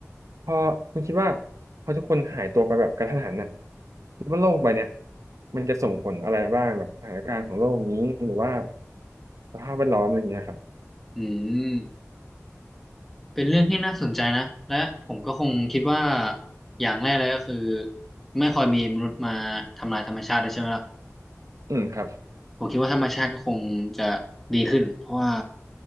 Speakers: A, on the right; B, in the centre.
A: พอคุณคิดว่าพอทุกคนหายตัวไปแบบกระทันหันน่ะคิดว่าโลกใบเนี้ยมันจะส่งผลอะไรบ้างแบบสถานการณ์ของโลกนี้หรือว่าสภาพแวดล้อมอะไรเงี้ยครับ
B: อืม เป็นเรื่องที่น่าสนใจนะ และผมก็คงคิดว่าอย่างแรกเลยก็คือไม่ค่อยมีมนุษย์มาทำลายธรรมชาติเลยใช่ไหมล่ะ
A: อืมครับ
B: ผมคิดว่าธรรมชาติก็คงจะดีขึ้นเพราะว่า